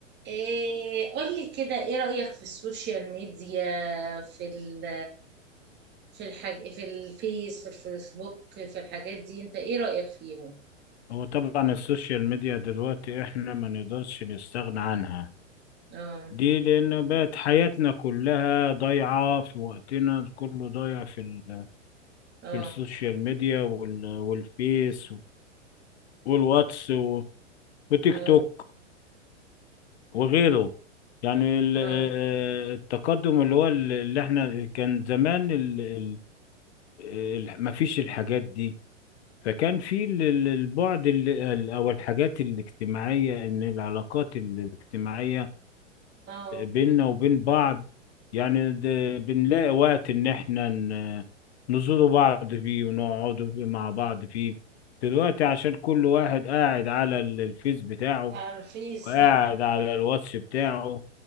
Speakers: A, on the right; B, on the left.
A: إيه قولي كده ايه رأيك في السوشيال ميديا في ال في الحاج في الفيس في الفيسبوك في الحاجات دي انت ايه رأيك فيهم
B: هو طبعا السوشيال ميديا دلوقتي احنا ما نقدرش نستغنى عنها
A: اه
B: دي لأنه بقت حياتنا كلها ضايعة في وقتنا كله ضايع في, ال...
A: اه
B: في السوشيال ميديا وال... والفيس والواتس و... وتيك
A: اه
B: توك وغيره يعني ال...
A: اه
B: آه، آه، التقدم اللي هو ال- اللي احنا كان زمان ال... ال... ال... ما فيش الحاجات دي فكان في ال- ال- البعد اللي... أو الحاجات الاجتماعية إن العلاقات الاجتماعية
A: اه
B: بيننا وبين بعض يعني ده- بنلاقي وقت إن إحنا ن- نزوروا بعض فيه ونقعدوا فيه مع بعض فيه دلوقتي عشان كل واحد قاعد على ال- الفيس بتاعه
A: على الفيس
B: وقاعد
A: صح
B: على الواتس بتاعه